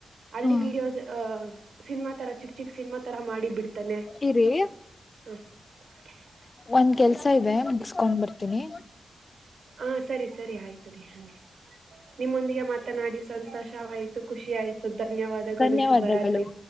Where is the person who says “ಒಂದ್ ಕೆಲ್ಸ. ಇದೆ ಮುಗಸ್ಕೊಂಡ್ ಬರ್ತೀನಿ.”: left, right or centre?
Left